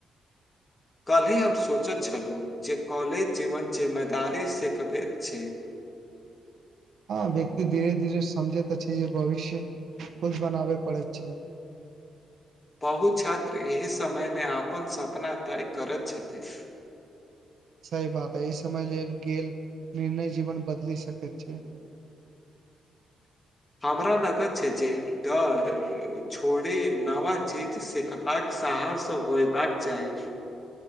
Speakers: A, on the left; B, on the right.
A: <inaudible> कल्हि हम सोचैत छलहुँ जे कॉलेज जीवन जिमेदारी सिखबैत छै <inaudible>
B: हँ व्यक्ति धीरे धीरे समझैत अछि छै जे भविष्य खुद बनाबे पड़ैत छै
A: <inaudible> बहु छात्र एहि समयमे अपन सपना तय करैत छथिन
B: सही बात एहि समय लेल गेल निर्णय जीवन बदलि सकैत छै
A: <inaudible> हमरा लगत छै जे डर छोड़े नवा चीज सिखबाक साहस होयबाक चाही